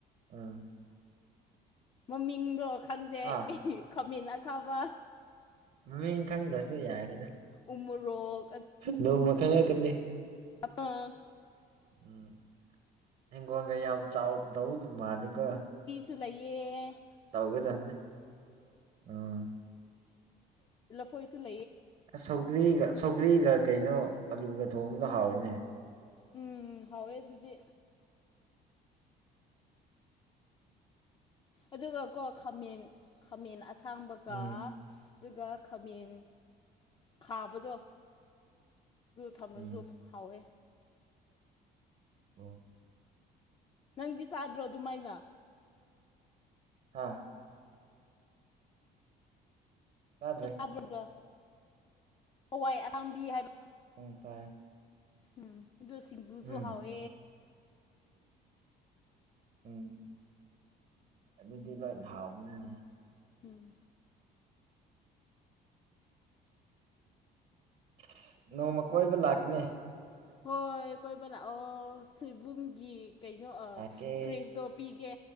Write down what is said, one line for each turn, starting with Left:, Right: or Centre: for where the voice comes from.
Right: ꯑꯥ
Left: ꯃꯃꯤꯡꯗꯣ ꯈꯪꯗꯦ
Right: ꯑꯥ
Left: ꯈꯥꯃꯟ ꯑꯈꯥꯕ
Right: ꯃꯃꯤꯡ ꯈꯪꯗ꯭ꯔꯁꯨ ꯌꯥꯔꯦꯅ
Left: ꯎꯃꯣꯔꯣꯛ
Right: ꯅꯣꯡꯃ ꯈꯪꯉꯛꯀꯅꯤ
Left: ꯑꯄꯥ
Right: ꯎꯝ ꯍꯒꯣꯒ ꯌꯥꯝ ꯆ ꯇ ꯃꯥꯂꯤꯀ
Left: ꯆ ꯂꯩꯌꯦ
Right: ꯇꯧꯒꯗꯅꯤ ꯎꯝ
Left: ꯐꯣꯣꯏ
Right: ꯁꯧꯒ꯭ꯔꯤꯒ ꯁꯧꯒ꯭ꯔꯤꯒ ꯀꯩꯅꯣ ꯑꯂꯨꯒ ꯊꯣꯡꯕꯗ ꯍꯥꯎꯋꯏꯅꯦ
Left: ꯎꯝ ꯍꯋꯦ ꯑꯗꯨꯗꯤ ꯑꯗꯨꯒ ꯀꯣ ꯈꯥꯃꯦꯟ ꯈꯥꯃꯦꯟ ꯑꯁꯥꯡꯕꯒ
Right: ꯎꯝ
Left: ꯑꯗꯨꯒ ꯈꯥꯃꯦꯟ ꯈꯥꯕꯗꯣ ꯊꯝꯅꯁꯨꯣ
Right: ꯎꯝ
Left: ꯍꯥꯎꯋꯦ
Right: ꯑ
Left: ꯅꯪꯗꯤ ꯆꯥꯗ꯭ꯔꯣ ꯑꯗꯨꯃꯥꯏꯅ
Right: ꯍꯥꯥ ꯇꯥꯗ꯭ꯔꯦ
Left: ꯥꯗꯗ ꯍꯋꯥꯏ ꯑꯁꯥꯡꯕꯤ ꯍꯥꯏꯕ
Right: ꯄꯨꯡ ꯇꯥꯏ
Left: ꯎꯝ ꯑꯗꯨꯗ ꯁꯤꯁꯤꯡꯖꯨꯁꯨ
Right: ꯎꯝ
Left: ꯍꯋꯦ
Right: ꯎꯝ ꯑꯗꯨꯗꯤ ꯀ ꯉꯥꯎꯕꯅꯤ
Left: ꯎꯝ
Right: ꯁ ꯅꯣꯡꯃ ꯀꯣꯏꯕ ꯂꯥꯛꯀꯅꯦ
Left: ꯍꯣꯏ ꯑꯩꯣꯏꯕꯂ ꯑꯣ ꯁꯤꯕꯨꯝꯒꯤ ꯀꯩꯅꯣ
Right: ꯂꯥꯛꯀꯦ
Left: ꯐ꯭ꯔꯤꯖꯇꯣ ꯄꯤꯒꯦ